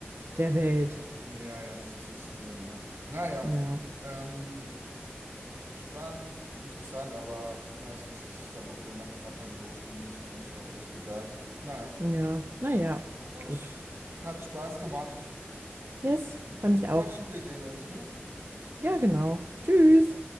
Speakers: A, on the right; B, on the right.
A: der Welt.
B: Ja, ja, das ist extrem, ja. Naja,
A: Ja,
B: ähm, spannend, interessant, aber meistens ist es dann auch wieder nach ein paar Tagen wurscht und mir ist das eigentlich auch recht egal. Naja,
A: ja, naja,
B: gut,
A: gut.
B: hat Spaß gemacht.
A: Yes,
B: mit
A: fand
B: dir zu
A: ich
B: quatschen.
A: auch.
B: Wir sehen uns, ne?
A: Ja, genau. Tschüss.